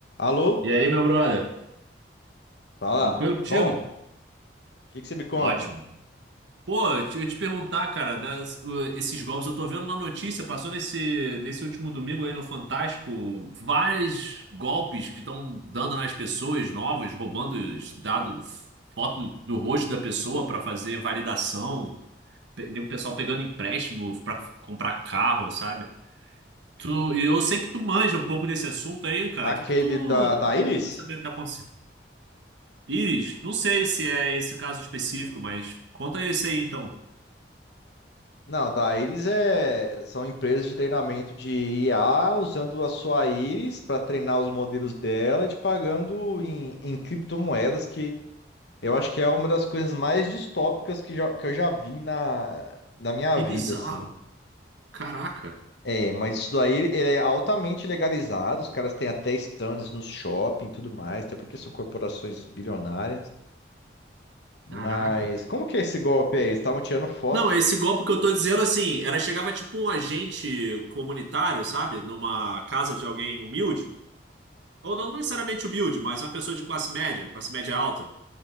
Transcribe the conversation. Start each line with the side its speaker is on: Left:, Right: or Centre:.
Left: Alô?
Right: E aí, meu brother?
Left: Fala.
Right: Tranquilo contigo?
Left: Bom, o que que você me conta?
Right: Ótimo. Pô, eu te eu te perguntar, cara, das- o- esses golpes, eu tô vendo na notícia, passou nesse, nesse último domingo aí no Fantástico, vários golpes que estão dando nas pessoas novas, roubando os dados, foto do rosto da pessoa para fazer validação, pe- o pessoal pegando empréstimo para comprar carro, sabe? Tu, e eu sei que tu manja um pouco desse assunto aí, cara.
Left: Aquele
Right: O que que tu,
Left: da, da Iris?
Right: tu sabe o que tá acontecendo? Iris, não sei se é esse o caso específico, mas conta esse aí então.
Left: Não, da Iris é, são empresas de treinamento de IA usando a sua Iris para treinar os modelos dela e te pagando em, em criptomoedas, que eu acho que é uma das coisas mais distópicas que, já- que eu já vi na, na minha
Right: Que
Left: vida,
Right: bizarro.
Left: assim.
Right: Caraca,
Left: É, mas isso daí ele é altamente legalizado, os caras têm até stands nos shopping e tudo mais, até porque são corporações bilionárias. Mas
Right: caraca.
Left: como que é esse golpe aí? Eles estavam tirando foto.
Right: Não, esse golpe que eu tô dizendo assim, era chegava tipo um agente comunitário, sabe? Numa casa de alguém humilde, ou não necessariamente humilde, mas uma pessoa de classe média, classe média alta,